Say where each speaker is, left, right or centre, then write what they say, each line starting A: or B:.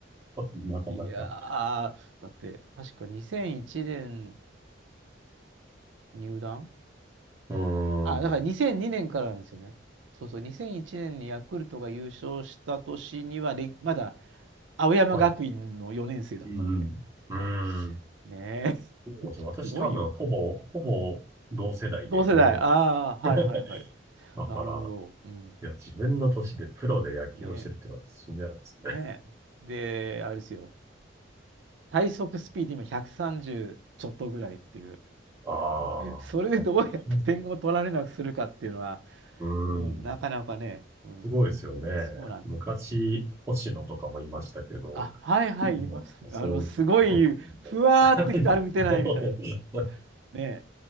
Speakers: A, on the right (about 15°); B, on the right (about 80°).
A: ん、なかなか。
B: いやー、だって、確か2001年入団
A: うー
B: あ、だから2002年からなんですよね。
A: ん。
B: そうそう、2001年にヤクルトが優勝した年には、で、まだ青山学院の4年生だったので。
A: はい。うんうん。
B: はい。
A: うーん。
B: ねえ。
A: そうなんですね。
B: <laughs>
A: 私多分、
B: すごいよ。
A: ほぼ、ほぼ同世代で同年代。
B: 同世代。ああ、
A: <laughs>
B: はいはいはい。
A: だから、
B: なるほど。うん。
A: いや、自分の年でプロで野球をしてるっていうのは信じられないですね。
B: ねえ。ねえ。で、あれですよ。最速スピード今130ちょっとぐらいっていう。
A: <laughs> ああ、
B: それでどうやって点を取られなくするかっていうのは、
A: やっぱり。うーん。
B: うん、なかなかね、うん、
A: すごいですよね。
B: そうなんです。
A: 昔、星野とかもいましたけど、
B: あ、はいはい、
A: もう、
B: いますね。
A: そう、
B: あの、すごい、
A: 遅くても。
B: ふわーってきて、
A: <laughs>
B: あれ打てないみたいな。ね。